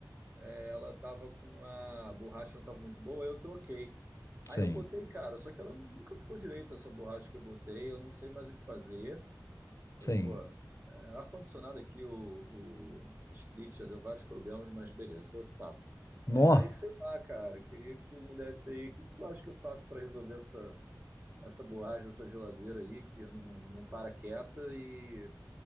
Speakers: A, on the right (about 25°); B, on the left (about 45°).
A: eh, ela tava com a borracha não tava muito boa, aí eu troquei. Aí
B: Sim.
A: eu botei, cara, só que ela nunca ficou direita essa borracha que eu botei, eu não sei mais o que fazer. Sacou?
B: Sim.
A: Eh, ar-condicionado aqui, o, o split já deu vários problemas, mas beleza, isso é outro papo.
B: Nó.
A: É, aí sei lá, cara, queria que tu me desse aí, o que que tu acha que eu faço para resolver essa, essa borracha dessa geladeira aí, que eu não, não para quieta, e